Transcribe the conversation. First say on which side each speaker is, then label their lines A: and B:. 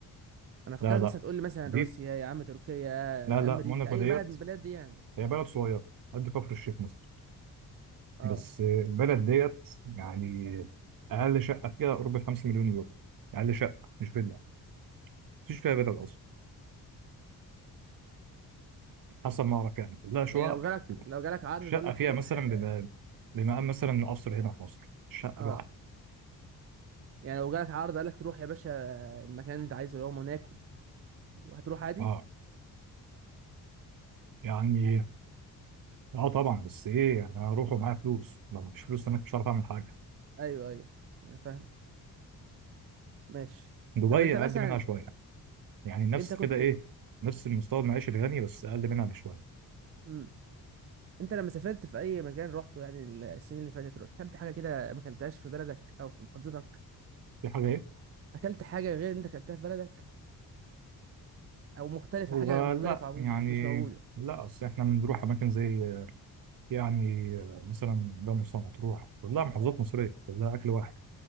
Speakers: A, on the right (about 40°); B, on the right (about 60°).
A: انا فكرك
B: لا لا
A: مثلا تقول لي مثلا
B: دي
A: روسيا يا عم تركيا يا
B: لا لا
A: امريكا
B: موناكو
A: اي
B: ديت
A: بلد من البلاد دي يعني
B: هي بلد صغيرة قد كفر الشيخ مثلا
A: اه
B: بس البلد ديت يعني أقل شقة فيها قرب الخمسة مليون يورو أقل شقة مش فيلا مفيش فيها فيلا أصلا حسب ما أعرف يعني كلها شقق
A: يعني لو جالك لو جالك عرض
B: شقة
A: تقول لك
B: فيها
A: تروح
B: مثلا
A: اه
B: بما- بمقام مثلا قصر هنا في مصر شقة
A: آه.
B: لوحدها
A: يعني لو جالك عرض قال لك تروح يا باشا المكان اللي انت عايزه اللي هو موناكو وهتروح عادي
B: أه يعني أه طبعا بس إيه يعني أنا هروح ومعايا فلوس لو مفيش فلوس أنا مش هعرف أعمل حاجة
A: ايوه ايوه انا فاهم ماشي
B: دبي
A: طب انت مثلا
B: أقل منها شوية يعني نفس
A: انت كنت
B: كده إيه نفس المستوى المعيشي الغني بس أقل منها بشوية
A: مم. انت لما سافرت في اي مكان روحته يعني السنين اللي فاتت روح- اكلت حاجه كده ما اكلتهاش في بلدك او في محافظتك
B: في حاجة
A: اكلت حاجه غير اللي انت اكلتها في بلدك او مختلفه
B: هو
A: حاجه مختلفه
B: لا
A: عموما
B: يعني
A: مش موجوده
B: لا اصل احنا بنروح اماكن زي يعني مثلا جمصة مطروح كلها محافظات مصريه كلها اكل واحد